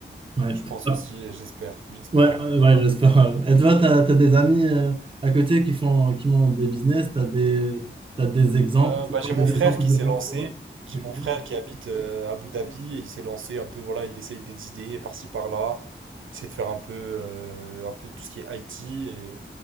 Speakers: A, on the right; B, on the right.
A: Ouais,
B: Je pense
A: Ah,
B: aussi et j'espère. J'espère
A: ouais,
B: en tout
A: ouais,
B: cas.
A: ouais, j'espère. Et toi, tu as, des amis euh, à côté qui font, qui ont des business, tu as des, t'as des exemples,
B: Euh,
A: tu
B: bah,
A: vois,
B: j'ai mon
A: des
B: frère
A: exemples
B: qui
A: de
B: s'est
A: bons
B: lancé.
A: clients?
B: J'ai
A: Ok.
B: mon frère qui habite euh, à Abu Dhabi et il s'est lancé un peu, voilà, il essaye des idées par-ci par-là. C'est de faire un peu, euh, un peu tout ce qui est IT et